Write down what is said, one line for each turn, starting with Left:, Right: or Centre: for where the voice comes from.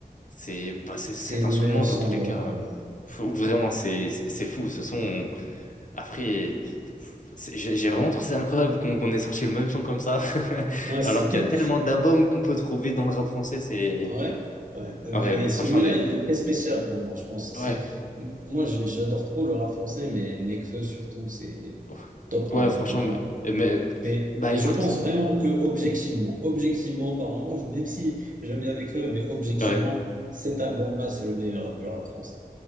Left: C'est bah, c'est- cet
Right: C'est
Left: instrument,
Right: le meilleur
Left: dans
Right: son
Left: tous les
Right: de
Left: cas,
Right: l'album.
Left: faut- vraiment, c'est c'est- c'est fou. Ce son, après, c'est- j'ai j'ai vraiment
Right: Ouais,
Left: trouvé ça incroyable qu'on qu'on ait sorti le même son comme ça, <laughs>
Right: ouais c'est
Left: alors qu'il
Right: <laughs>
Left: y a tellement d'albums qu'on peut trouver dans le rap français. C'est
Right: ouais, ouais.
Left: ouais,
Right: Mais
Left: mais franchement,
Right: celui-là,
Left: les-
Right: il est très spécial pour moi, je pense. C'est...
Left: ouais,
Right: Moi, j'ai- j'adore trop le rap français, mais Nekfeu surtout, c'est
Left: Donc,
Right: top
Left: ouais,
Right: un
Left: franchement,
Right: pour moi.
Left: mais, mais-
Right: Mais
Left: bah
Right: et
Left: écoute,
Right: je pense vraiment que objectivement, objectivement parlant, <laughs> même si j'aime bien écrire, mais objectivement,
Left: ouais.
Right: cet album-là, c'est le meilleur du rap français.